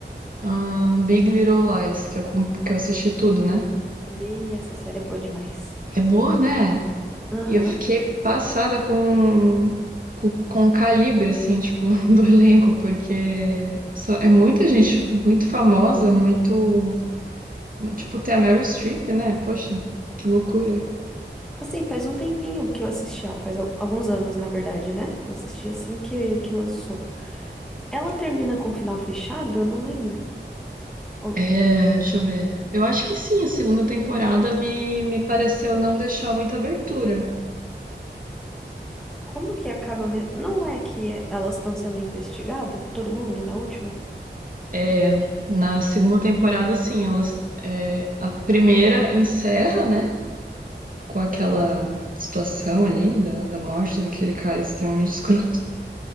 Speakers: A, on the right; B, in the centre.
A: ah, Big Little Lies, que eu, com- que eu assisti tudo, né?
B: Meia, essa série é boa demais.
A: É boa, né?
B: Aham.
A: E eu fiquei passada com, com, com o calibre, assim, tipo, <laughs> do elenco, porque só- é muita gente muito famosa, muito. Tipo, tem a Meryl Streep, né? Poxa, que loucura.
B: Assim, faz um tempinho que eu assisti ela, faz al- alguns anos, na verdade, né? Eu assisti assim que, que lançou. Ela termina com o final fechado? Eu não lembro. Ou
A: É, deixa eu ver. Eu acho que sim, a segunda temporada me, me pareceu não deixar muita abertura.
B: como que acaba mesmo? Não é que é- elas estão sendo investigadas? Todo mundo na última?
A: É, na segunda temporada, sim, elas. é, a primeira encerra, né? com aquela situação ali da, da morte daquele cara extremamente escroto.